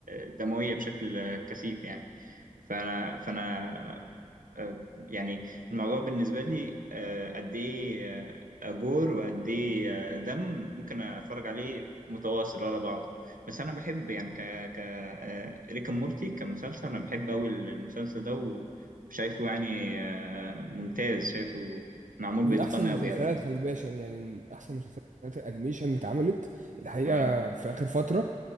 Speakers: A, on the right (about 90°); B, on the right (about 65°).
A: دموية بشكل كثيف يعني فأنا فأنا آه، يعني الموضوع بالنسبة لي آه، قد إيه آه، جور وقد إيه آه، دم ممكن أتفرج عليه متواصل ورا بعضه بس أنا بحب يعني ك ك آه، ريك أند مورتي كمسلسل أنا بحب أوي المسلسل ده وشايفه يعني آه، ممتاز شايفه معمول
B: من
A: بإتقان
B: احسن
A: أوي
B: المسلسلات
A: أوي
B: خلي بالك عشان يعني من احسن مسلسلات الانيميشن اللي اتعملت الحقيقه
A: أي
B: في اخر فتره